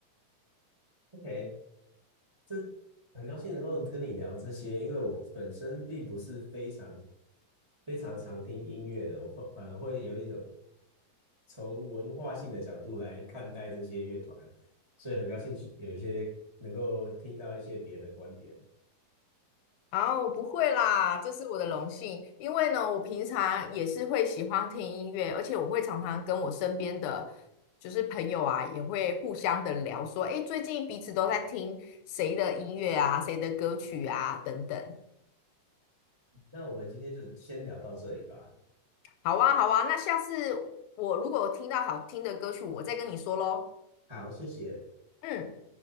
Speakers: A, on the right; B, on the left.
A: ，OK，这很高兴能够跟你聊这些，因为我本身并不是非常非常常听音乐的，我反反而会有一种。从文化性的角度来看待这些乐团，所以很高兴有一些能够听到一些别的观点。
B: 啊，我不会啦，这是我的荣幸。因为呢，我平常也是会喜欢听音乐，而且我会常常跟我身边的就是朋友啊，也会互相的聊说，诶，最近彼此都在听谁的音乐啊，谁的歌曲啊，等等。
A: 那我们今天就先聊到这里吧。
B: 好啊，好啊，那下次我如果有听到好听的歌曲，我再跟你说喽。
A: 好，谢谢。
B: 嗯。